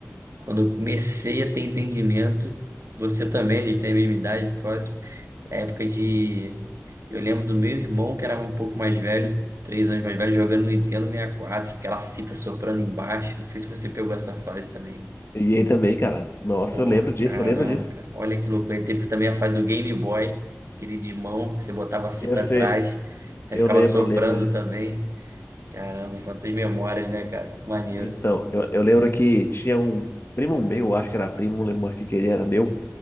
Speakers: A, on the right; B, on the left.
A: Quando eu comecei a ter entendimento, você também, a gente tem a mesma idade, próximo, é época de. Eu lembro do meu irmão, que era um pouco mais velho, três anos mais velho, jogando no Nintendo 64, aquela fita soprando embaixo. Não sei se você pegou essa fase também.
B: E aí também, cara, nossa,
A: Pô,
B: eu lembro disso,
A: caramba,
B: eu lembro disso.
A: cara, olha que louco. Aí teve também a fase do Game Boy, aquele de mão, que você botava a fita
B: Eu
A: atrás,
B: sei,
A: aí
B: eu
A: ficava
B: lembro,
A: soprando
B: eu lembro disso.
A: também. Caramba, quantas memórias, né, cara? Maneiro.
B: Então, eu, eu lembro que tinha um primo meu, eu acho que era primo, não lembro mais o que que ele era meu.